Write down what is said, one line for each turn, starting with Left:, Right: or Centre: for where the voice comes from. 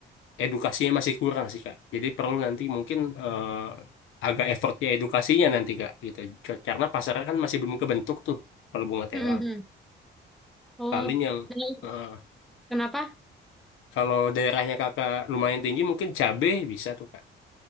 Left: edukasinya masih kurang sih Kak. Jadi perlu nanti mungkin eh, agak effortnya edukasinya nanti Kak gitu. C- Karena pasarnya kan masih belum kebentuk tuh kalau bunga telang.
Centre: Mm-mm. Oh,
Left: Paling yang
Centre: nah,
Left: eh,
Centre: kenapa?
Left: kalau daerahnya Kakak lumayan tinggi mungkin cabe bisa tuh Kak.